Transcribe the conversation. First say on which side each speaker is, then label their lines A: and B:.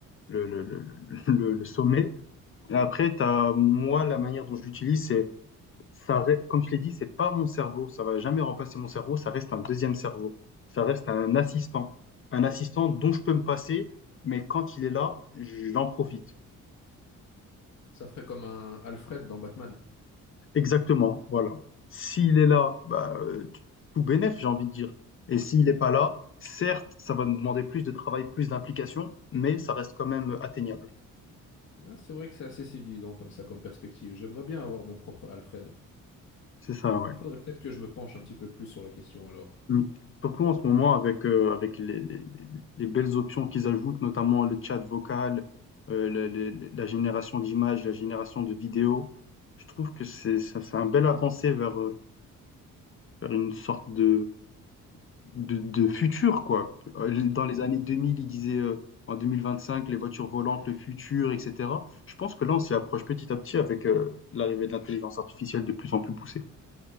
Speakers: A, on the left (about 40°); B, on the left (about 55°).
A: le, le, le, le, le le sommet. Et après, t'as, moi, la manière dont je l'utilise, c'est, ça, re- comme je l'ai dit, c'est pas mon cerveau. Ça va jamais remplacer mon cerveau. Ça reste un deuxième cerveau. Ça reste un assistant. Un assistant dont je peux me passer, mais quand il est là, j'en profite.
B: Ça ferait comme un Alfred dans Batman.
A: Exactement, voilà. S'il est là, bah, euh, tout bénef, j'ai envie de dire. Et s'il n'est pas là, certes, ça va nous demander plus de travail, plus d'implication, mais ça reste quand même atteignable.
B: Ouais, c'est vrai que c'est assez civilisant comme ça, comme perspective. J'aimerais bien avoir mon propre Alfred.
A: C'est ça, ouais.
B: Il faudrait peut-être que je me penche un petit peu plus sur la question alors.
A: Mm. Surtout en ce moment, avec, euh, avec les, les- les belles options qu'ils ajoutent, notamment le chat vocal, euh, le- le- le- la génération d'images, la génération de vidéos, je trouve que c'est c'est- c'est un bel avancé vers, euh, vers une sorte de... de, de futur, quoi. Euh,
B: Mhm.
A: Dans les années 2000, ils disaient euh, en 2025, les voitures volantes, le futur, etc. Je pense que là, on s'y approche petit à petit avec euh, l'arrivée de l'intelligence artificielle de plus en plus poussée.